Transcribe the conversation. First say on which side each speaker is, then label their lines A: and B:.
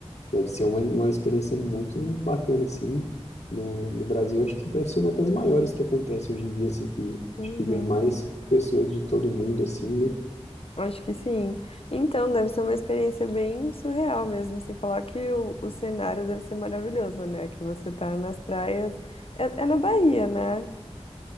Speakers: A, on the left; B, on the left.
A: Deve ser uma, uma experiência muito bacana, assim. No, no Brasil, acho que deve ser uma das maiores que acontece hoje em dia, assim, que
B: Uhum.
A: acho que vem mais pessoas de todo mundo, assim, né?
B: Acho que sim. Então, deve ser uma experiência bem surreal mesmo, sem falar que o, o cenário deve ser maravilhoso, né? Que você tá nas praias. É, é na Bahia, né?